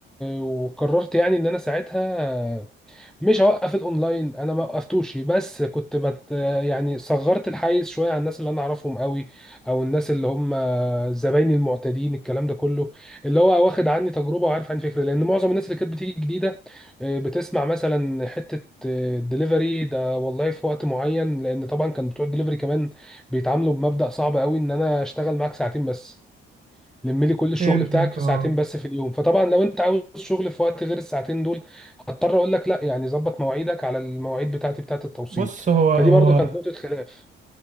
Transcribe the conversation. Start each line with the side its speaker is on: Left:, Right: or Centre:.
Centre: وقررت يعني ان انا ساعتها مش هوقف الاونلاين انا ما وقفتوش بس كنت بت يعني صغرت الحيز شويه عن الناس اللي انا اعرفهم قوي او الناس اللي هم زبايني المعتادين الكلام ده كله اللي هو واخد عني تجربه وعارف عن فكره لان معظم الناس اللي كانت بتيجي جديده آه، بتسمع مثلا حته دليفري ده والله في وقت معين لان طبعا كان بتوع الدليفري كمان بيتعاملوا بمبدأ صعب قوي ان انا اشتغل معاك ساعتين بس لم لي كل الشغل
Right: فهمتك
Centre: بتاعك في
Right: اه
Centre: ساعتين بس في اليوم فطبعا لو انت عاوز شغل في وقت غير الساعتين دول هضطر اقول لك لا يعني ظبط مواعيدك على المواعيد بتاعتي بتاعت التوصيل
Right: بص هو
Centre: فدي
Right: هو
Centre: برضو كانت نقطة خلاف